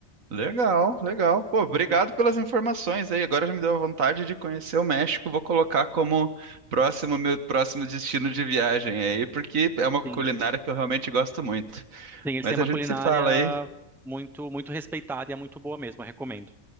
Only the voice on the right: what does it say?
Legal, legal. Pô, obrigado
pelas informações aí. Agora já me deu a vontade de conhecer o México. Vou colocar como próximo meu próximo destino de viagem aí, porque é uma culinária
que eu realmente gosto muito.
Mas
a gente
se fala aí.